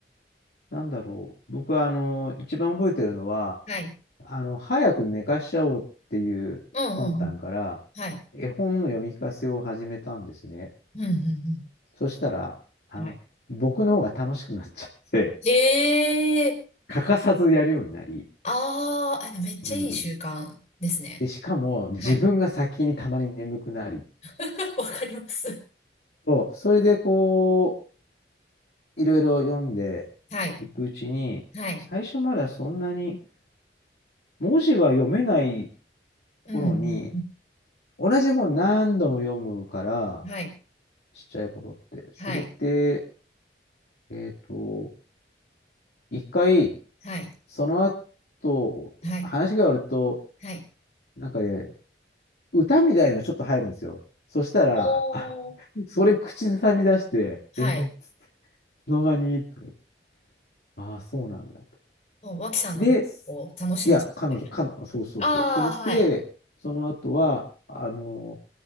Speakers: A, on the left (about 60°); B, on the left (about 40°).
A: なんだろう。僕は、あのー一番覚えてるのは、
B: はい。
A: あの、早く寝かしちゃおうっていう魂胆から、
B: うん、うん、うん。はい。
A: 絵本の読み聞かせを始めたんですね。
B: うん、うん、
A: そしたら、あの、
B: うん。はい。
A: 僕の方が楽しくなっちゃって、
B: へえ。
A: 欠かさずやるようになり、
B: ああ、でもめっちゃいい習慣ですね。
A: うん。で、しかも自分が先にたまに眠くなり、
B: はい。<laughs> わかります。
A: そう、それでこう、いろいろ読んでいくうちに、
B: はい。はい。
A: 最初まだそんなに文字は読めない
B: うん。
A: 頃に、同じ本何度も読むから、
B: はい。
A: ちっちゃい頃って。それって、
B: はい。
A: えっと、一回、
B: はい。
A: その後、
B: はい。
A: 話が終わると、
B: はい。
A: なんかね、歌みたいのがちょっと入るんですよ。そしたら、
B: おー。
A: あ、それ口ずさみ出して、
B: はい。
A: えー、いつの間にとか言ってああそうなんだと。
B: もう、脇さんの方を楽しんじゃうみたいな。
A: で、いや、彼女、彼女、そうそうそう。
B: ああ、
A: それで、
B: はい。
A: その後は、あの、